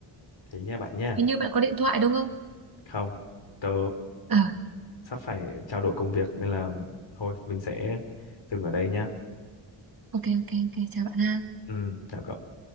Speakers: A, on the left; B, on the right.
A: thế nha bạn nha
B: Hình như bạn có điện thoại đúng không?
A: không tớ
B: À,
A: sắp phải trao đổi công việc nên là thôi mình sẽ dừng ở đây nhá.
B: ok ok ok chào bạn ha.
A: Ừ, chào cậu.